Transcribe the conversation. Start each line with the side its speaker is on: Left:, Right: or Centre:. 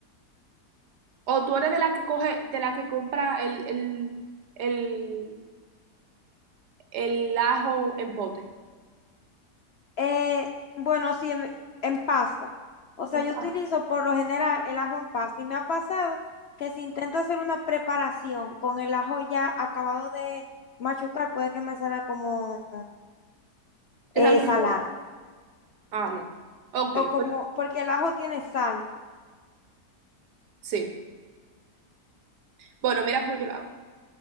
Right: O tú eres de la que coge, de la que compra el, el, el, el ajo en pote.
Left: Eh, bueno, sí, en, en pasta. O sea,
Right: Exacto.
Left: yo utilizo por lo general el ajo en pasta y me ha pasado que si intento hacer una preparación con el ajo ya acabado de machucar, puede que me salga como
Right: ¿Te
Left: eh,
Right: sale
Left: salada.
Right: entero? Ah, no. Ok,
Left: O como,
Right: pues
Left: porque el ajo tiene sal.
Right: sí. Bueno, mira cómo yo lo hago.